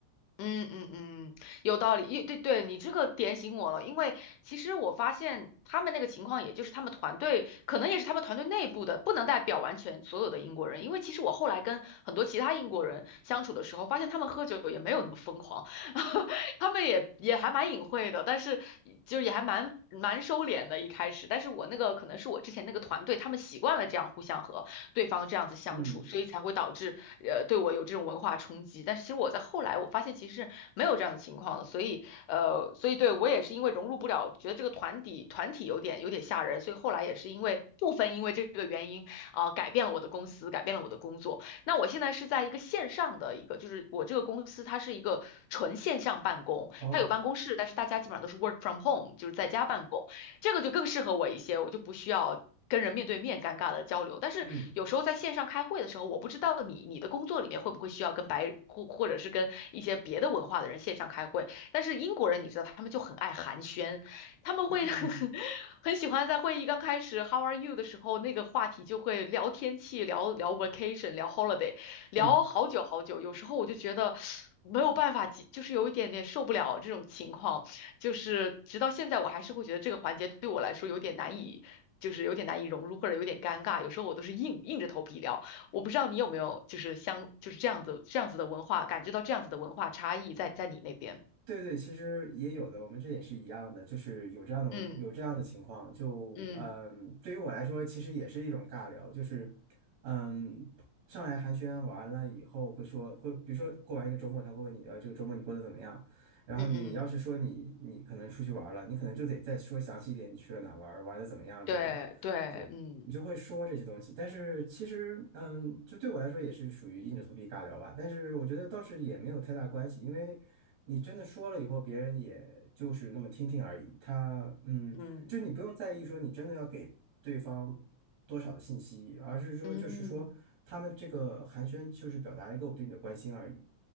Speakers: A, on the left; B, on the right.
A: 嗯嗯嗯，有道理，一对对，你这个点醒我了，因为其实我发现他们那个情况，也就是他们团队可能也是他们团队内部的，不能代表完全所有的英国人，因为其实我后来跟很多其他英国人相处的时候，发现他们喝酒也没有那么疯狂，<laughs> 他们也也还蛮隐晦的，但是就是也还蛮蛮收敛的，一开始，但是我那个可能是我之前那个团队，他们习惯了这样互相喝，对方这样子相处，
B: 嗯，
A: 所以才会导致呃对我有这种文化冲击。但是其实我在后来我发现其实是没有这样的情况的，所以呃所以对我也是因为融入不了，觉得这个团体团体有点有点吓人，所以后来也是因为部分因为这个原因啊、呃改变了我的公司，改变了我的工作。那我现在是在一个线上的一个，就是我这个公司它是一个纯线上办公，
B: 哦，
A: 它有办公室，但是大家基本上都是 work from home，就是在家办公。这个就更适合我一些，我就不需要跟人面对面尴尬的交流。但是有时候在线上开会的时候，
B: 嗯
A: 我不知道你你的工作里面会不会需要跟白或或者是跟一些别的文化的人线上开会。但是英国人你知道，他们就很爱寒暄，他们会
B: 嗯嗯
A: <laughs> 很喜欢在会议刚开始 “How are you” 的时候，那个话题就会聊天气、聊聊 vacation、聊 holiday，聊好久好久。
B: 嗯，
A: 有时候我就觉得。没有办法，就是有一点点受不了这种情况。就是直到现在，我还是会觉得这个环节对我来说有点难以，就是有点难以融入，或者有点尴尬。有时候我都是硬硬着头皮聊。我不知道你有没有就是相就是这样子这样子的文化，感觉到这样子的文化差异在在你那边。
B: 对对，其实也有的，我们这也是一样的，就是有这样的有这样的情况。
A: 嗯
B: 就嗯，
A: 嗯
B: 对于我来说，其实也是一种尬聊，就是嗯，上来寒暄完了以后，会说会，比如说过完一个周末，他会问你，呃，这个周末你过得怎么样？然后你要是说你你可能出去玩了，
A: 嗯嗯，
B: 你可能就得再说详细一点，你去了哪玩儿玩的怎么样之类的。
A: 对对，
B: 对。
A: 嗯
B: 你就会说这些东西。但是其实，嗯，就对我来说也是属于硬着头皮尬聊吧。但是我觉得倒是也没有太大关系，因为你真的说了以后，别人也就是那么听听而已。他，嗯，
A: 嗯
B: 就是你不用在意说你真的要给对方多少的信息，而是说就是说他们这个寒暄就是表达一个我对你的关心而已。
A: 嗯